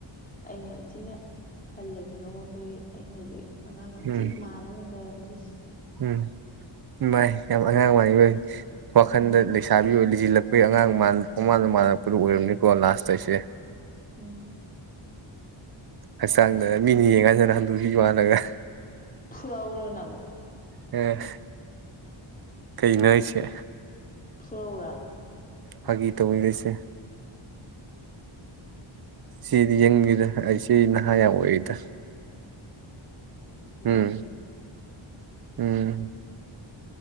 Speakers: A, on the left (about 15°); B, on the right (about 50°).
A: ꯑꯩꯅ ꯌꯥꯝ ꯊꯤꯅ ꯍꯜꯂꯁꯨ ꯅꯉꯣꯟꯗꯒꯤ ꯑꯩꯅ ꯍꯧꯖꯤꯛ ꯑꯉꯥꯡ
B: ꯎꯝ
A: ꯊꯤ ꯃꯥꯂꯅꯔ ꯁ
B: ꯎꯝ ꯥꯏ ꯌꯥꯝ ꯑꯉꯥꯡ ꯑꯣꯏ ꯋꯥꯈꯟꯗ
A: ꯎꯝ
B: ꯂꯩꯁꯥꯕꯤ ꯑꯣꯏ ꯖꯤꯜꯂꯛꯄꯒꯤ ꯑꯉꯥꯡ ꯃꯃꯥꯟꯗ ꯃꯜꯂꯛꯄꯗꯨ ꯑꯣꯏꯔꯝꯅꯤꯀꯣ ꯂꯥꯁꯇ ꯑꯩꯁꯦ
A: ꯎꯝ
B: ꯍꯛꯆꯥꯡꯗ ꯃꯤꯅ ꯌꯦꯡꯉꯥꯟꯗꯅ ꯍꯟꯗꯣꯛꯈꯤ ꯋꯥꯜꯂꯒ
A: ꯐꯨꯔꯧꯔꯅꯪ
B: ꯑ ꯀꯩꯅꯁꯦ
A: ꯐꯨꯔ ꯎꯨꯔꯥ
B: ꯍꯥꯏ ꯏ ꯇꯕꯨꯣꯏꯗꯣꯏꯁꯤꯦ ꯁꯤꯗꯤ ꯌꯦꯡꯉꯗ ꯑꯩ ꯁꯤ ꯅꯍꯥ ꯌꯥꯝ ꯑꯣꯏꯔꯤꯗ
A: ꯎ ꯑꯗꯨꯝ
B: ꯎꯝ ꯎꯝ